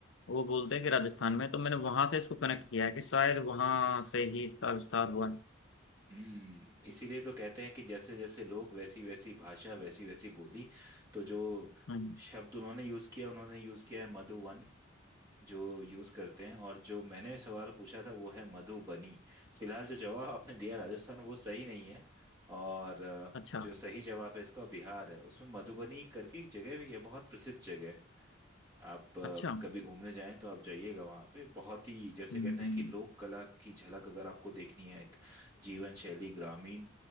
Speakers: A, on the left; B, on the right.
A: वो बोलते हैं कि राजस्थान में तो मैंने वहां से इसको कनेक्ट किया है कि शायद वहां से ही इसका विस्तार हुआ है
B: हम्म इसीलिए तो कहते हैं कि जैसे जैसे लोग वैसी वैसी भाषा वैसी वैसी बोली तो जो
A: हम्म
B: शब्द उन्होंने यूज किया उन्होंने यूज किया है मधुवन जो यूज करते हैं और जो मैंने सवाल पूछा था वो है मधुबनी फिलहाल जो जवाब आपने दिया राजस्थान वो सही नहीं है और अ,
A: अच्छा
B: जो सही जवाब है इसका बिहार है उसमें मधुबनी करके एक जगह भी है बहुत प्रसिद्ध जगह है आप अ,
A: अच्छा हम्म
B: कभी घूमने जाएं तो आप जाइएगा वहाँ पे बहुत ही जैसे
A: हम्म,
B: कहते हैं कि लोक कला की झलक अगर आपको देखनी है एक जीवन शैली ग्रामीण